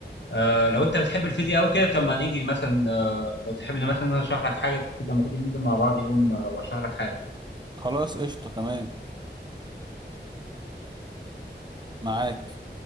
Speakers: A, on the left (about 75°); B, on the right (about 25°).
A: آه لو انت بتحب الفيزياء قوي كده طب ما نيجي مثلا آه، لو تحب إن مثلا أنا اشرح لك حاجه في الفيزياء لما تيجي ننزل مع بعض يوم آه، واشرح لك حاجه
B: خلاص قشطة تمام معاك